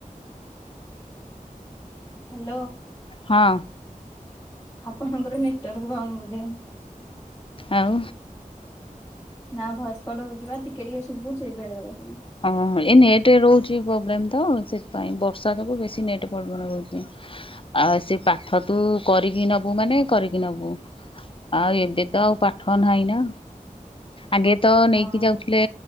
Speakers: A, on the left; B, on the left.
A: ହ୍ୟାଲୋ
B: ହଁ
A: ଆପଣଙ୍କର ନେଟୱାର୍କ ଭଉନି ବୋଧେ
B: ଆଉ
A: ନା ଭୟସ୍କଟ ହଉଛି ବା ଟିକେ ଟିକେ ଶୁଭୁଚି ବେଳେ ବେଳେ
B: ହଁ ଏ ନେଟ୍ ରହୁଛି ପ୍ରୋବ୍ଲେମ୍ ତ ସେଥିପାଇଁ ବର୍ଷା ଯୋଗୁ ବେଶୀ ନେଟ୍ ପ୍ରବଲେମ ରହୁଛି। ଆଉ ସେ ପାଠ ତୁ କରିକି ନବୁ ମାନେ କରିକି ନବୁ। ଆଉ ଏବେ ତ ଆଉ ପାଠ ନାହିଁ ନା। ଆଗେ ତ ନେଇକି
A: ହଁ
B: ଯାଉଥିଲେ